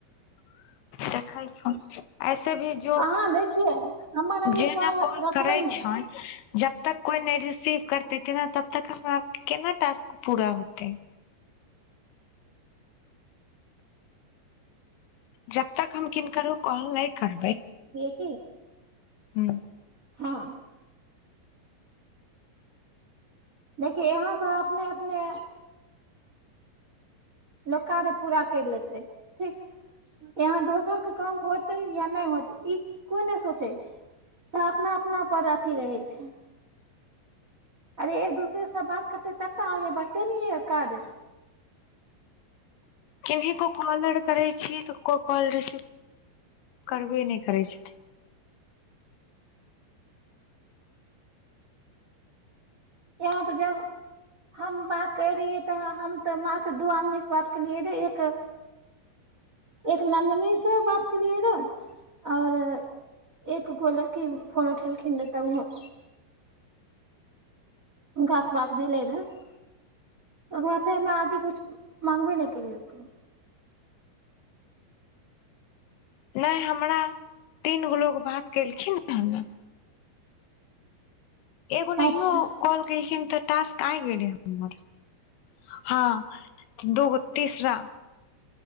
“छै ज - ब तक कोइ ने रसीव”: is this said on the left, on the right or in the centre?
Left